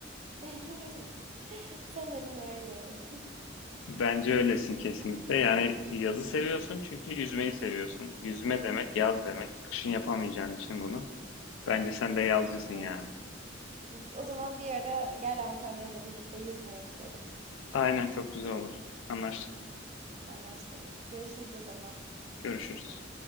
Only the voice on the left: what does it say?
Bence öylesin kesinlikle. Yani yazı seviyorsun çünkü yüzmeyi seviyorsun. Yüzme demek yaz demek. Kışın yapamayacağın için bunu. Bence
sen
de yazcısın yani.
Aynen çok güzel olur. Anlaştık.
Görüşürüz.